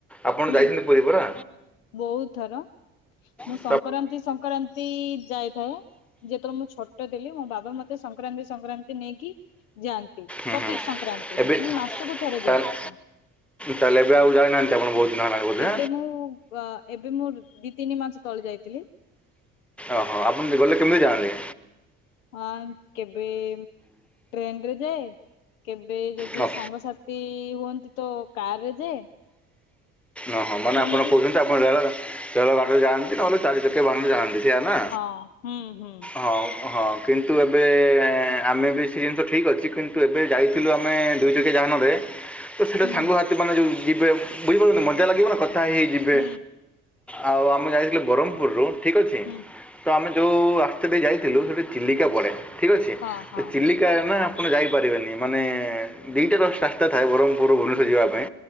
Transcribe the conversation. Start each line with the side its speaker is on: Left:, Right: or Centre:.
Centre: ଆପଣ
Left: ହୁଁ
Centre: ଯାଇଚନ୍ତି ପୁରୀ ପରା।
Left: ବହୁତ ଥର ମୁଁ
Centre: ତ ଆପଣ କେମିତି ଯାଇଛନ୍ତି ଯାଇଥାଏ ଯେହେତୁ ଛୋଟ ଥିଲି ମୋ ବାବା ମୋତେ
Left: ସଂକ୍ରାନ୍ତି ସଂକ୍ରାନ୍ତି ଯାଇ ଥାଏ, ଯେତେବେଳେ ମୁଁ ଛୋଟ ଥିଲି ମୋ ବାବା ମତେ ସଂକ୍ରାନ୍ତି ସଂକ୍ରାନ୍ତି ନେଇକି ଯାଆନ୍ତି
Centre: ହୁଁ
Left: ପ୍ରତ୍ୟେକ
Centre: ହୁଁ
Left: ସଂକ୍ରାନ୍ତି
Centre: ଏବେ
Left: ମାନେ
Centre: ଏବେ
Left: ମାସକୁ ଥରେ
Centre: ତାହେଲେ-
Left: ଯାଏ ମୁ।
Centre: ତାହେଲେ ଏବେ ଆଉ ଯାଇନାହାନ୍ତି ଆପଣ ବହୁତ ଦିନ ହେଲାଣି ବୋଧେ
Left: ଏବେ ମୁଁ ଆ ଏବେ ମୁଁ ଦି ତିନି ମାସ ତଳେ ଯାଇଥିଲି।
Centre: ଓହୋ ଆପଣ ଗଲେ କେମିତି ଜାଆନ୍ତି?
Left: ହଁ କେବେ ଟ୍ରେନ ରେ ଯାଏ। କେବେ ଯଦି
Centre: ହଁ।
Left: ସାଙ୍ଗସାଥି ହୁଅନ୍ତି ତ କାର ରେ ଯାଏ।
Centre: ଅ ହଁ ମାନେ ଆପଣ
Left: ଏମିତି
Centre: କହୁଛନ୍ତି ଆପଣ ରେଳ ରେଳ ଗାଡିରେ ଯାଆନ୍ତି ନହେଲେ ଚାରି ଚାରିଆ ବାହାନରେ ଯାଆନ୍ତି। ସେୟା ନା
Left: ହଁ ହୁଁ ହୁଁ
Centre: ହ। ହଁ କିନ୍ତୁ ଏବେ ଆମେ ବି ସେ ଜିନିଷ ଠିକ ଅଛି କିନ୍ତୁ ଏବେ ଯାଇଥିଲୁ ଆମେ ଦୁଇ ଚକିଆ ଗା ଜାନ ରେ ତ ସେଇଟା
Left: ହୁଁ
Centre: ସାଙ୍ଗସଥିୀ ମାନେ ଯେଉଁ ଯିବେ ବୁଝିପାରୁ ମଜା ଲାଗିବ ନା କଥା ହେଇ ଯିବେ।
Left: ହୁଁ
Centre: ଆଉ ଆମେ ଯାଇଥିଲୁ ବାରମ୍ପୁରରୁ ଠିକ୍ ଅଛି
Left: ହୁଁ
Centre: ତ ଆମେ ଯେଉ ଆସି ସେଠି ଯାଇଥିଲୁ ସେଇଠି ଚିଲିକା ପଡ଼େ ଠିକ୍ ଅଛି
Left: ହଁ ହଁ
Centre: ତ ଚିଲିକା ନା ଆପଣ ଯାଇପାରିବେନି ମାନେ ଦିଟ ର ରାସ୍ତା ଥାଏ ବ୍ରହ୍ମପୁର ଭୁବନେଶ୍ଵର ଯିବା ପାଇଁ।